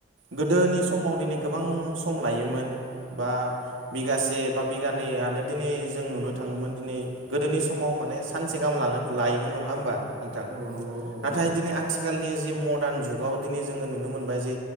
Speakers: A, on the right (about 85°); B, on the right (about 45°).
A: गोदोनि समाव दिनै गोबां सम लायोमोन बा बिगासे से बा बिगानै आनो दिनै जों नुनो थाङोमोन दि गोदोनि समाव माने सानसे गाहाम लनात लायोमोन नङा होमबा नोंथां
B: औ नंगौ औ
A: नाथाय
B: औ
A: दिनै आथ थिखालनि जि मदार्न जुगाव दिनै जोङो नुनो मोनबाय जे